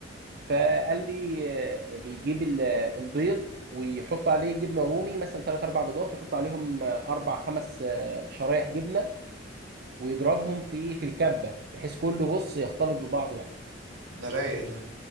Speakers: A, on the right; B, on the right.
A: فقال لي آه، بيجيب ال- آه، البيض ويحط عليه جبنه رومي مثلا ثلاث اربع بيضات يحط عليهم آه، اربع خمس آه، شرايح جبنه ويضربهم في في الكبه بحيث كله بص يختلط ببعضه يعني
B: ده رايق ده